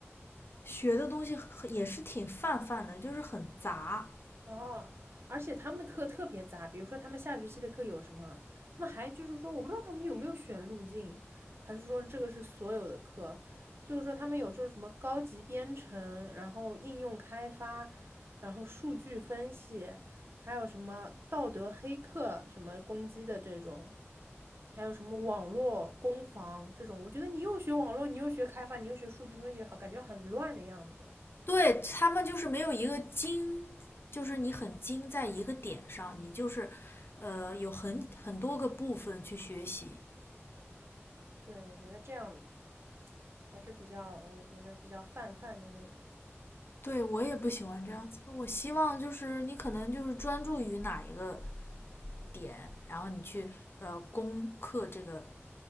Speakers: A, on the left; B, on the right.
A: 学的东西很也是挺泛泛的，就是很杂。
B: 哦，而且他们的课特别杂，比如说他们下学期的课有什么，他们还就是说，我不知道他们有没有选路径，还是说这个是所有的课，就是说他们有这种什么高级编程，然后应用开发，然后数据分析，还有什么道德黑客什么攻击的这种，还有什么网络攻防这种，我觉得你又学网络，你又学开发，你又学数据分析，好，感觉很乱的样子。
A: 对他们就是没有一个精，就是你很精在一个点上，你就是呃有很很多个部分去学习。
B: 对，我觉得这样。还是比较，我觉得比较泛泛的那种。
A: 对我也不喜欢这样子，我希望就是你可能就是专注于哪一个点，然后你去呃攻克这个